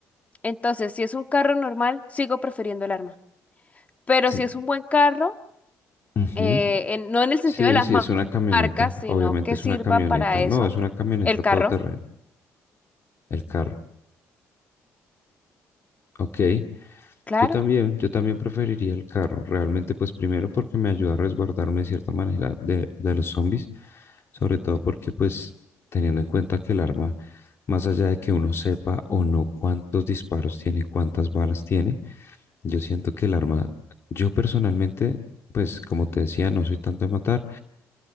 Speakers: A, on the left (about 25°); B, on the left (about 50°).
A: Entonces, si es un carro normal, sigo prefiriendo el arma. Pero
B: sí,
A: si es un buen carro,
B: ujú.
A: eh, en- no en el sentido
B: Sí,
A: de las
B: sí,
A: ma-
B: es una camioneta.
A: marcas, sino
B: Obviamente
A: que
B: es
A: sirva
B: una camioneta.
A: para eso
B: No, es una camioneta
A: el carro,
B: todoterreno. El carro. Ok.
A: claro.
B: Yo también, yo también preferiría el carro. Realmente, pues primero porque me ayuda a resguardarme de cierta manera de, de los zombies. Sobre todo porque, pues, teniendo en cuenta que el arma, más allá de que uno sepa o no cuántos disparos tiene, cuántas balas tiene, yo siento que el arma, yo personalmente, pues, como te decía, no soy tanto de matar.